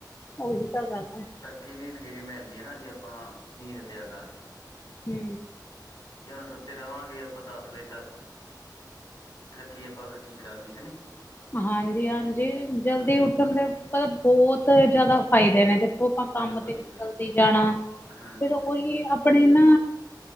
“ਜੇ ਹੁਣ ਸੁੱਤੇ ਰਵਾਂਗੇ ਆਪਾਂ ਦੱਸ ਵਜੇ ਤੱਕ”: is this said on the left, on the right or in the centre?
Left